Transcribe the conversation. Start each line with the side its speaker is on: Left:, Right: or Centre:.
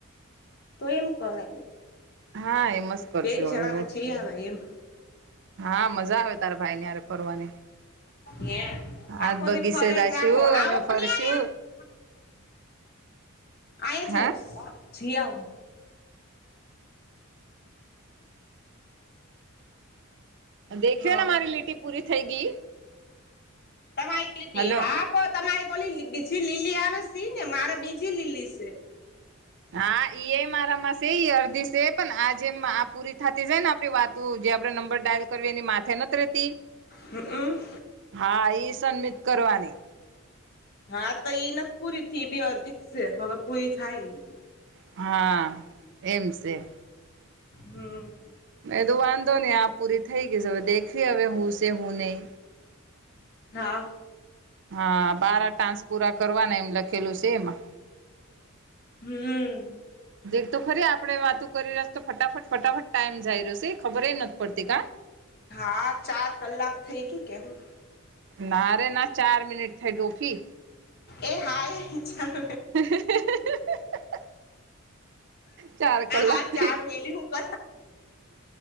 Left: તો એમ કરાય
Right: હા એમજ કરશું
Left: બે જણાને
Right: હવે રોટ
Left: જઈ આવાય એમ
Right: હા મજા આવે તારે ભાઈ ની હારે ફરવાની.
Left: હે
Right: આજ
Left: આખો
Right: બગીચે
Left: દી ફરે
Right: જાશું,
Left: જ રાખો આવો
Right: અમે ફરશુ.
Left: ને અહીંયા આહીંયા
Right: હા
Left: જાવું સ જીયાવું.
Right: દેખ્યો
Left: હા
Right: ને મારી લીટી પૂરી થઈ ગઈ.
Left: તમારી લીટી
Right: હલો
Left: હા તમારી તો ઓલી બીજી લીલી આવે સી ને મારે બીજી લીલી સે.
Right: હા ઈ એ મારામાં સે ઈ અડધી છે પણ આ જેમ આ પૂરી થતી જાય ને આપણી વાત તું જે આપણે નંબર ડાયલ કરવી એની માથે નથી રેતી.
Left: હમ અમ
Right: હા ઈ સબ્મીટ કરવાની.
Left: હાતો ઈ નથી પૂરી થી. એ બી અરધી છે હવે પૂરી થાય ઈ
Right: હા એમ સે.
Left: હમ
Right: મેં કીધું વાંધો નહી આ પૂરી થઈ ગઈ સે. હવે દેખવી હવે હું છે હું નહી.
Left: હા
Right: હા બારા ટાન્સ પૂરા કરવા એમ લખેલું સે એમાં.
Left: હમ
Right: દેખ તો ખરી આપડે વાતો કરી રહ્યા તો ફટાફટ ફટાફટ ટાઈમ જઈ રહ્યો છે ખબર નથી પડતી કા.
Left: હા ચાર કલાક થઈ ગઈ કે હું?
Right: ના રે ના ચાર મિનિટ થઈ ડોફી.
Left: એ હા એય ચાર
Right: <inaudible> ચાર કલાક
Left: આ
Right: થઈ
Left: ચાર મિનીટ હું <inaudible>